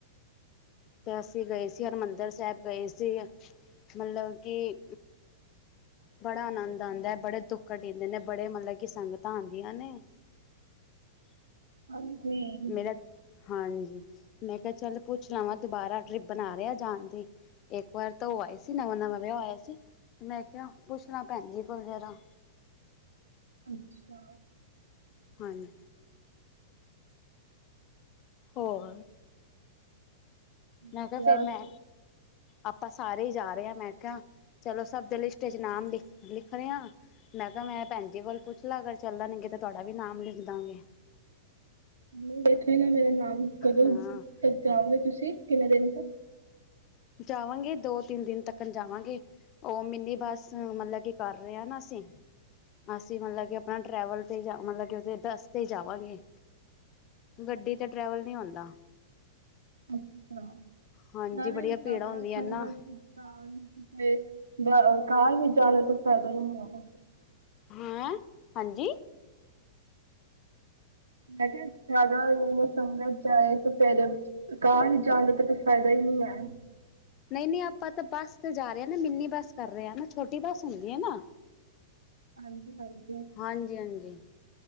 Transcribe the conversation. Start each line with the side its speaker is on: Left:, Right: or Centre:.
Left: ਤੇ ਅਸੀਂ ਗਏ ਸੀ ਹਰਿਮੰਦਰ ਸਾਹਿਬ ਗਏ ਸੀ, ਮਤਲਬ ਕਿ ਬੜਾ ਆਨੰਦ ਆਉਦਾ ਹੈ, ਬੜੇ ਦੁੱਖ ਟੀਂਦੇ ਨੇ ਬੜੇ ਮਤਲਬ ਕਿ ਸੰਗਤਾਂ ਆਉਂਆਂ ਨੇ। <unintelligible>
Right: ਹਾਂਜੀ
Left: ਮੇਰਠ, ਹਾਂਜੀ ਮੈਂ ਕੇਹਾ ਜ਼ਰਾ ਪੁੱਛ ਲਵਾਂ। ਦੁਬਾਰਾ ਟ੍ਰਿਪ ਬਣਾ ਰਿਹਾ ਜਾਣ ਦੀ, ਇੱਕ ਵਾਰ ਤਾਂ ਉਹ ਆਏ ਸੀ ਨਵਾਂ ਨਵਾਂ ਵਿਆਹ ਹੋਇਆ ਸੀ ਤੇ ਮੈਂ ਕਿਹਾ ਪੁੱਛਲਾ, ਭੈਣ ਜੀ ਕੋਲ ਜਰਾ
Right: ਅੱਛਾ
Left: ਹਾਂਜੀ ਹੋਰ ਮੈਂ
Right: ਨਹੀਂ
Left: ਕਿਹਾ ਫੇਰ ਮੈਂ, ਆਪਾਂ ਸਾਰੇ ਹੀ ਜਾ ਰਹੇ ਹਾਂ ਮੈਂ ਕਿਹਾ ਚਲੋ ਸਭ ਦੇ ਲਿਸਟ ਚ ਨਾਮ, ਲਿਖ ਲਿਖ ਰਹੇ ਆ ਮੈਂ ਕਿਹਾ ਮੈਂ ਭੈਣੀ ਵਲ ਪੁੱਛ ਲਾ, ਅਗਰ ਚੱਲਣਗੇ ਤਾਂ ਤੁਹਾਡਾ ਵੀ ਨਾਮ ਲਿਖ ਦਾਂਗੇ
Right: ਨਹੀਂ ਦੇਖ ਲ ਨਾ ਮੇਰਾ ਨਾਮ ਕਦੋਂ
Left: ਹਾਂ
Right: ਤੱਕ ਜਾਓਗੇ ਤੁਸੀਂ, ਕਿੰਨੇ ਦਿਨ ਤੱਕ
Left: ਜਾਵਾਂਗੇ ਦੋ ਤਿੰਨ ਦਿਨ ਤੱਕ ਜਾਵਾਂਗੇ, ਔ ਮਿੰਨੀ ਬੱਸ ਮਤਲਬ ਕੀ ਕਰ ਰਹੇ ਨਾ ਅਸੀਂ। ਅਸੀਂ ਮਤਲਬ ਕਿ ਆਪਣਾ ਟਰੈਵਲ ਤੇ ਜਾਵਾਂਗੇ, ਮਤਲਬ ਕਿ ਉਦੇ ਬੱਸ ਤੇ ਜਾਵਾਂਗੇ। ਗੱਡੀ ਤੇ ਟਰੈਵਲ ਨਹੀਂ ਹੋਂਦਾ।
Right: <unintelligible> ਕਾਰ
Left: ਹਾਂਜੀ ਬੜੀਆਂ
Right: ਵੀਚ
Left: ਭੀੜਾਂ ਹੁੰਦੀਆਂ ਨਾ
Right: ਜਾਣਾ, ਤੇ ਪੈਦਲ ਨਹੀ ਜਾਣਾ।
Left: ਹੈਂ, ਹਾਂਜੀ।
Right: ਮੈਂ ਕਿਹਾ ਜ਼ਿਆਦਾ ਸੰਗਤ ਜਾਏ ਤੇ ਪੈਦਲ, ਕਾਰ ਚ ਜਾਣ ਦਾ ਤੇ ਕੋਈ ਫਾਇਦਾ ਨੀ। <unintelligible>
Left: ਨਹੀਂ-ਨਹੀਂ, ਆਪਾਂ ਤਾਂ ਬੱਸ ਤੇ ਜਾ ਰਹੇ ਹਾਂ ਨਾ, ਮਿੰਨੀ ਬੱਸ ਕਰ ਰਹੇ ਹ ਨਾ, ਛੋਟੀ ਬੱਸ ਹੁੰਦੀ ਹੈ ਨਾ?
Right: ਹਾਂਜੀ-ਹਾਂਜੀ।
Left: ਹਾਂਜੀ-ਹਾਂਜੀ।